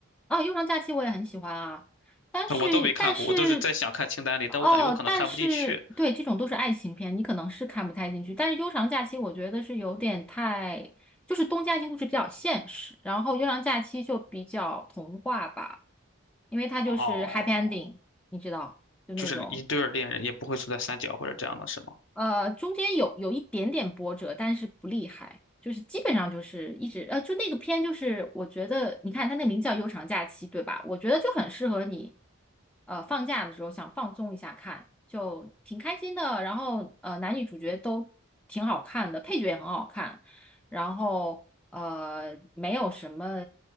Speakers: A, in the centre; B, on the left.
A: 哦，啊《悠长假期》我也很喜欢啊，但是但是，
B: 我都没看过，我都是在想看清单里，
A: 哦，
B: 但我感觉我可能看不进去。
A: 但是对，这种都是爱情片，你可能是看不太进去。但是《悠长假期》我觉得是有点太，就是东家庭故事比较现实，然后《悠长假期》就比较童话吧，因为它就是
B: 哦，
A: happy ending，你知道，就那种。
B: 就是一对儿恋人也不会存在三角或者这样的，是吗？
A: 呃，中间有有一点点波折，但是不厉害，就是基本上就是一直呃，就那个片就是我觉得，你看它那个名字叫《悠长假期》，对吧？我觉得就很适合你，呃，放假的时候想放松一下看，就挺开心的。然后呃，男女主角都挺好看的，配角也很好看，然后呃，没有什么